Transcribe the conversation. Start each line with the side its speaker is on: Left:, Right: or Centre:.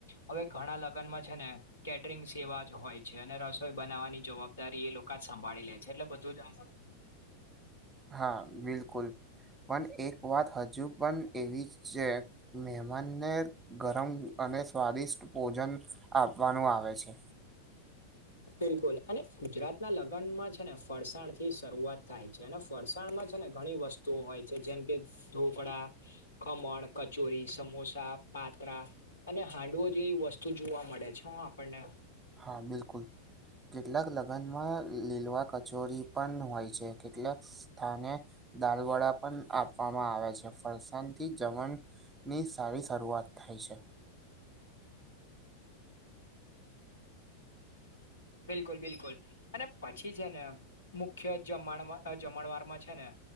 Left: હવે ઘણા લગ્નમાં છે ને. કેટરિંગ સેવા જ હોય છે અને રસોઈ બનાવવાની જવાબદારી એ લોકો જ સંભાળી લે છે એટલે બધું જ આ
Right: હા બિલકુલ. પણ એક વાત હજુ પણ એવી જ છે. મહેમાનને ગરમ અને સ્વાદિષ્ટ ભોજન આપવાનું આવે છે.
Left: બિલકુલ અને ગુજરાતના લગ્નમાં છે ને ફરસાણ થી શરૂઆત થાય. છે. ને ફરસાણમાં છે ને ઘણી વસ્તુઓ હોય છે જેમ કે ઢોકળા, ખમણ, કચોરી, સમોસા, પાત્રા, અને હાંડવો જેવી વસ્તુ જોવા મળે છે હ આપણને.
Right: હા બિલકુલ. કેટલાક લગ્નમાં લી લીલવા કચોરી પણ હોય છે કેટલાક સ્થાને. દાલ વડા પણ આપવામાં આવે છે ફરસાણથી જમણ ની સારી શરૂઆત થાય છે.
Left: બિલકુલ-બિલકુલ. અને પછી છે ને મુખ્ય જમણ જમણવાર માં છે ને